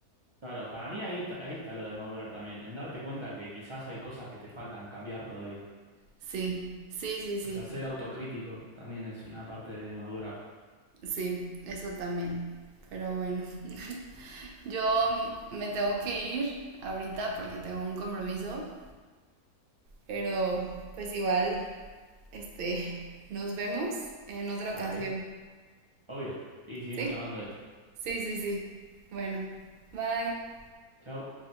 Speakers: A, on the right; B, on the right.
A: Claro, para mí ahí está, ahí está lo de madurar también, en darte cuenta que quizás hay cosas que te faltan cambiar todavía.
B: Sí, sí, sí, sí,
A: O sea, ser autocrítico también es una parte de madurar.
B: sí, eso también. Pero bueno, <laughs> yo me tengo que ir ahorita porque tengo un compromiso, pero pues igual, este, nos vemos en otra ocasión.
A: Dale, obvio. Y seguimos
B: Sí,
A: charlando de esto.
B: sí, sí, sí. Bueno, bye.
A: Chau.